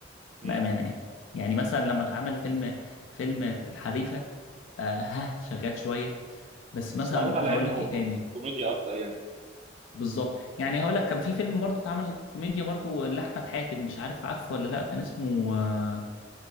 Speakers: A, on the right; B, on the left.
A: مم.
B: بأمانة يعني يعني مثلا لما اتعمل فيلم فيلم الحريفة آه ها شغال شوية بس مثلا
A: بس معمول على
B: هقول
A: انه
B: لك ايه تاني
A: كوميديا اكتر يعني
B: بالظبط يعني هقول لك كان في فيلم برضو اتعمل كوميديا برضو لأحمد حاتم مش عارف عارفه ولا لا كان اسمه آه